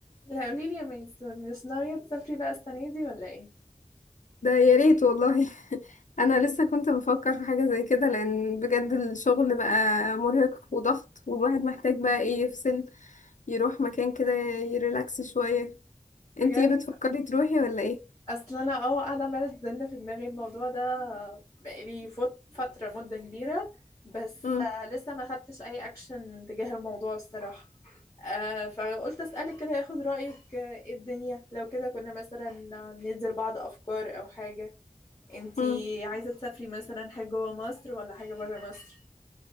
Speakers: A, on the left; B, on the left.
A: لا قولي لي يا ميسون مش ناوية تسافري بقى السنة دي ولا ايه؟
B: ده يا ريت والله <laughs> انا لسه كنت بفكر في حاجه زي كده لان بجد الشغل بقى مرهق وضغط والواحد محتاج بقى ايه يفصل يروح مكان كده يريلاكس شويه
A: بجد
B: انتي بتفكري تروحي ولا ايه
A: اصل انا اه قاعدة عمالة تزن في دماغي الموضوع ده بقالي فوت- فترة مدة كبيرة بس
B: امم
A: آه، لسه ما خدتش اي اكشن تجاه الموضوع الصراحة آه، فقلت اسألك كده ياخد رأيك آه، ايه الدنيا لو كده كنا مثلا ندي لبعض افكار او حاجة انتي
B: امم
A: عايزة تسافري مثلا حاجة جوه مصر ولا حاجة برا مصر؟